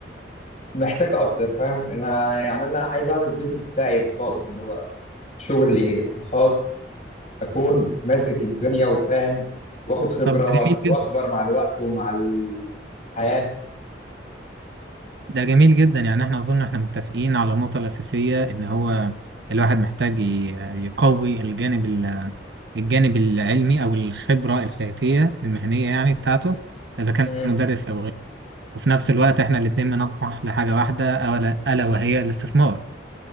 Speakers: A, on the left; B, on the right.
A: محتاج اكتر فاهم انا يعني انا عايز اعمل البيزنس بتاعي الخاص اللي هو شغلي الخاص اكون ماسك الدنيا وفاهم واخد خبره
B: طب ده جميل
A: وأك- واكبر
B: جدا
A: مع الوقت ومع الحياه
B: ده جميل جدا يعني احنا اظن احنا متفقين على النقطة الأساسية ان هو الواحد محتاج ي- يقوي الجانب ال- الجانب العلمي او الخبرة الحياتية المهنية يعني بتاعته اذا كان
A: مم.
B: مدرس او غيره وفي نفس الوقت احنا الاتنين بنطمح لحاجة واحدة الا ألا وهي الاستثمار